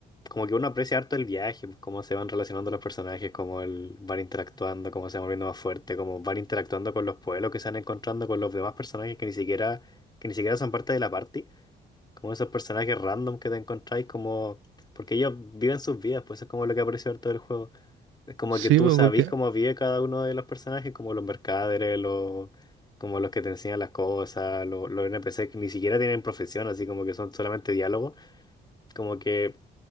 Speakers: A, on the left (about 20°); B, on the right (about 80°).
A: como que uno aprecia harto el viaje, pues, cómo se van relacionando los personajes, cómo el, van interactuando, cómo se van volviendo más fuertes, cómo van interactuando con los pueblos que se van encontrando, con los demás personajes que ni siquiera, que ni siquiera son parte de la party. Como esos personajes random que te encontráis, como. Porque ellos viven sus vidas, pues eso es como lo que aprecio harto del juego. Es como
B: Sí,
A: que tú
B: po,
A: sabís
B: porque,
A: cómo vive cada uno de los personajes, como los mercaderes, los. como los que te enseñan las cosas, los, los NPC que ni siquiera tienen profesión, así como que son solamente diálogos. Como que